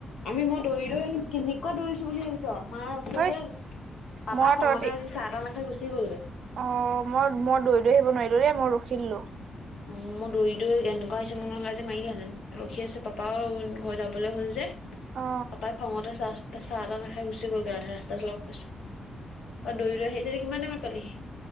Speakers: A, on the left (about 75°); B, on the right (about 60°).
A: আমি মই দৌৰি দৰিম <unintelligible> কেনেকোৱা দৌৰিছো বুলি ভাবিছ? আমাৰ উঠিছে
B: ঐ
A: পাপাক
B: মই
A: খঙতে
B: তহঁতি
A: আজি চাহ তাহ নেখাই গুচি গলগে।
B: অ মই মই দৌৰী দৌৰী <unintelligible> আহিব নোৱাৰিলো দেই মই ৰখিদিলো।
A: অ মই দৌৰি দৌৰি এনেকুৱা হৈছে নহলে যে মাৰিলেহেতেন ৰখি আছে পাপাও ঘৰ যাবলৈ হল যে। <unintelligible>
B: অ
A: পাপাই খঙতে চাহ তাহ নাখাই গুচি গলগৈ আধা ৰাস্তাট লগ পাইছো। <unintelligible> অ দৌৰি দৌৰি আহি তহতি কিমান টাইমত পালিহি।